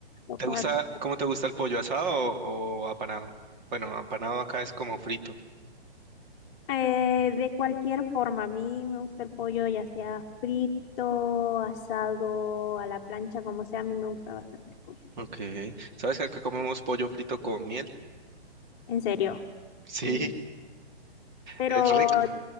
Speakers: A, on the left; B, on the right.
A: toca
B: ¿Te gusta,
A: comer.
B: cómo te gusta el pollo, asado o, o apanado? Bueno, apanado acá es como frito.
A: Eh, de cualquier forma, a mí me gusta el pollo, ya sea frito, asado, a la plancha, como sea, a mí me gusta bastante el pollo.
B: Ok. ¿Sabes que acá comemos pollo frito con miel? <laughs>
A: en serio.
B: Sí,
A: Con- Pero,
B: es rico.